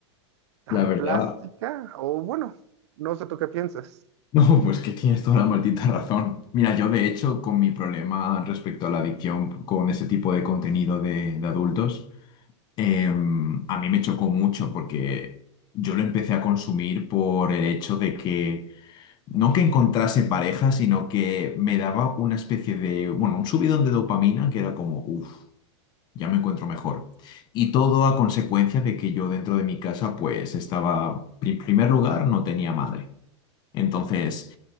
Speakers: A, on the right; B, on the left.
A: tan
B: La verdad,
A: plástica, o bueno, no sé tú qué piensas.
B: <laughs> no, pues que tienes toda la maldita razón. Mira, yo de hecho, con mi problema respecto a la adicción con ese tipo de contenido de, de adultos, em, a mí me chocó mucho porque yo lo empecé a consumir por el hecho de que, no que encontrase pareja, sino que me daba una especie de, bueno, un subidón de dopamina que era como, uff. ya me encuentro mejor. Y todo a consecuencia de que yo dentro de mi casa pues estaba, en primer lugar, no tenía madre. Entonces,